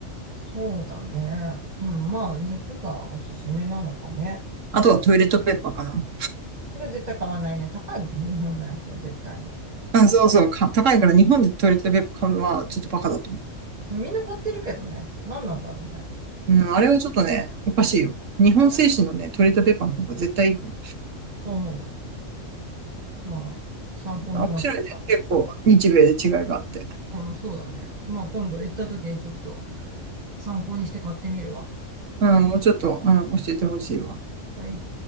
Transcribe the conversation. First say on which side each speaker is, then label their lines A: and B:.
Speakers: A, on the right; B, on the right.
A: そうだね。うん、まあ、肉がおすすめなのかね。
B: あとはトイレットペーパーかな。
A: それは絶対買わないね。高いもんね、日本のやつは絶対に。
B: うんそうそう。か、高いから日本でトイレットペーパー買うのはちょっとバカだと思う。
A: みんな買ってるけどね。何なんだろうね。
B: うん、あれはちょっとね、おかしいよ。日本製紙のね、
A: みんな
B: トイレットペーパーの方が絶対いいから。
A: そう思うわ。まあ、参考になった。
B: あ面白いね。結構、日米で違いがあって。
A: うん、そうだね。まあ、今度行った時にちょっと参考にして買ってみるわ。
B: うん、もうちょっと、うん、教えてほしいわ。
A: はい。